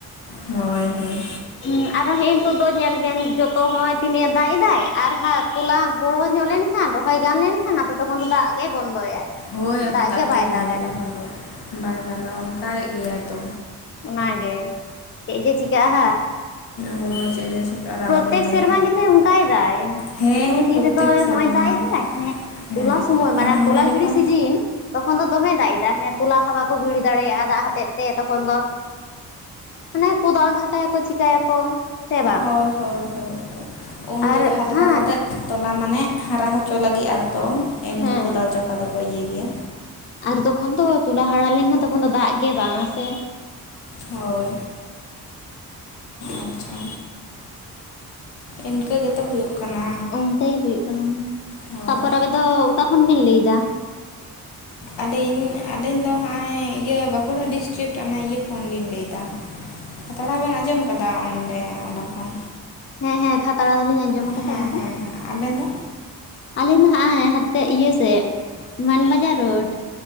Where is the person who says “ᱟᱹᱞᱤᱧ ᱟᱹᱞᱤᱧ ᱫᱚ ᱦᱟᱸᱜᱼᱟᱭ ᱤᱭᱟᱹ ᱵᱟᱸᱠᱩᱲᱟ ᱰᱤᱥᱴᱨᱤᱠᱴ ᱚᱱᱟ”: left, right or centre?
Left